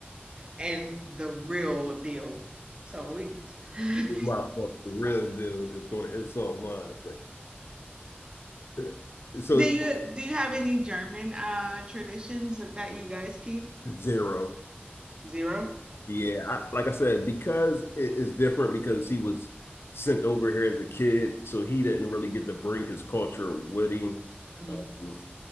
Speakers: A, on the right; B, on the left.
A: And the real deal. So we <laughs>
B: my fucking real deal is going to insult mine. <laughs> so
A: do you do you have any German uh traditions that you guys keep?
B: zero.
A: Zero.
B: Yeah, I, like I said, because it is different because he was sent over here as a kid, so he didn't really get to bring his culture with him.
A: Mhm.
B: Um,